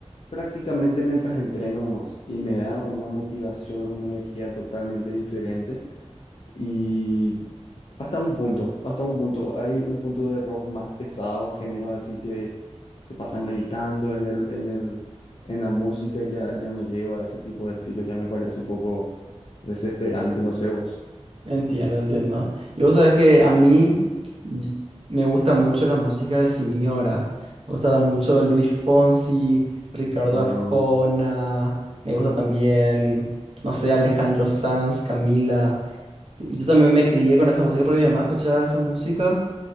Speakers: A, on the left; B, on the right.
A: prácticamente mientras entreno nomás. Y me da una motivación, una energía totalmente diferente. Y hasta un punto, hasta un punto. Hay un punto de rock más pesado, géneros así que se pasan gritando en el, en el, en la música y ya, ya no llego a ese tipo de estilos. Ya me parece un poco desesperante, no sé vos.
B: Entiendo, entiendo. Y vos sabés que a mí y- me gusta mucho la música de señora. Me gusta mucho Luis Fonsi, Ricardo
A: Uh,
B: Arjona. Me gusta también, no sé, Alejandro Sanz, Camila. Y Yo también me crié con esa música porque mi mamá escuchaba esa música.